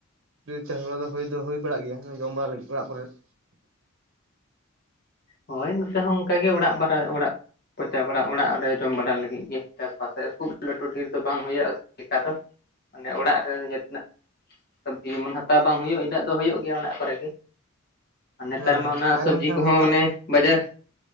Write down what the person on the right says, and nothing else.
ᱪᱟᱥ ᱵᱟᱲᱟ ᱫᱚ ᱦᱩᱭ ᱫᱚ ᱦᱩᱭ ᱵᱟᱲᱟᱜ ᱜᱮᱭᱟ ᱡᱚᱢ ᱵᱟᱲᱟ ᱞᱟᱹᱜᱤᱫ ᱚᱲᱟᱜ ᱠᱚᱨᱮ ᱾
ᱦᱮᱸ
ᱛᱟᱦᱮᱸ
ᱞᱮᱱᱠᱷᱟᱱ
ᱦᱟᱛᱟᱣ